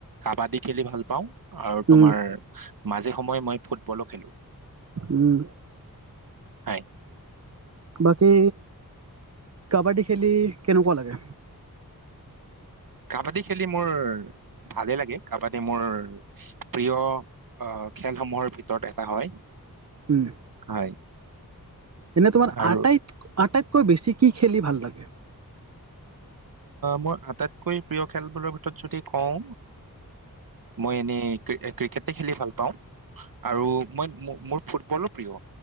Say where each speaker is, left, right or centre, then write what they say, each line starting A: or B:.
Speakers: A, on the right; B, on the right.
A: কাবাডী খেলি ভাল পাওঁ। আৰু
B: উম,
A: তোমাৰ মাজে সময়ে মই ফুটবলো খেলোঁ
B: উম
A: হয়
B: বাকী কাবা্ডী খেলি কেনেকুৱা লাগে?
A: কাবাডী খেলি মোৰ ভালেই লাগে কাবাডী মোৰ প্ৰিয় খেলসমূহৰ ভিতৰত এটা হয়।
B: উম,
A: হয়
B: এনে তোমাৰ
A: আৰু
B: আটাইত আটাইতকৈ বেছি কি খেলি ভাল লাগে।
A: মোৰ আটাইতকৈ প্ৰিয় খেলবোৰৰ ভিতৰত যদি কওঁ মই এনেই ক্ৰিকেট খেলি ভাল পাওঁ আৰু মই মোৰ ফুটবলো প্ৰিয়